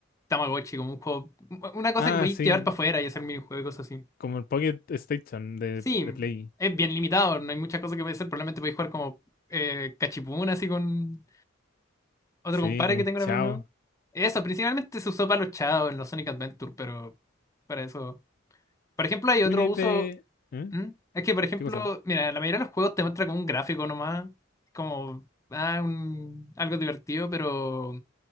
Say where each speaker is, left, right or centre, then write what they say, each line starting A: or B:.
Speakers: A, on the left; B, on the left.
A: Tamagotchi, como un juego, una cosa
B: Ah,
A: que podéis
B: sí,
A: llevar para afuera y hacer minijuegos y cosas así.
B: como el Pocket Station de
A: Sí,
B: de Play.
A: es bien limitado, no hay muchas cosas que podéis hacer, probablemente podéis jugar como eh, cachipún así con, otro
B: Sí,
A: compadre
B: con
A: que
B: un
A: tengo
B: chao.
A: una BMW. Eso, principalmente se usó para los chavos en los Sonic Adventure, pero para eso. Por ejemplo, hay
B: ¿Qué
A: otro
B: opináis
A: uso.
B: de...? ¿Eh?
A: ¿Mm? Es que, por ejemplo,
B: ¿Qué cosa?
A: mira, la mayoría de los juegos te muestra como un gráfico nomás, como ah, un- algo divertido, pero